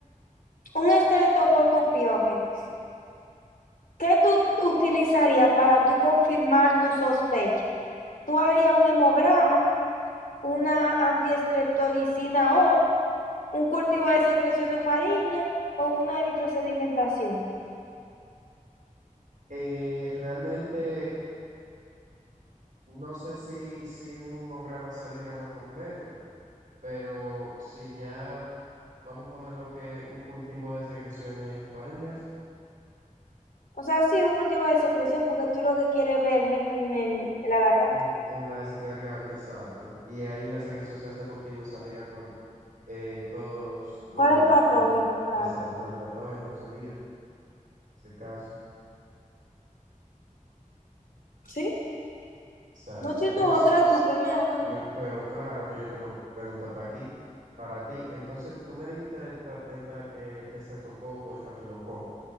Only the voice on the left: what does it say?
un estreptococo piógenes. ¿Qué tú utilizarías para tú confirmar tu sospecha? Tú harías un hemograma, una antiestreptolicina O, un cultivo de secreciones faríngea o una eritrosedimentación.
O sea, sí, un cultivo de secreción porque tú lo que quieres es ver el germen en, en la garganta.
¿Cuál es el patógeno,
claro?
¿Sí?
No tiene
otra tú que me hagan.
<laughs>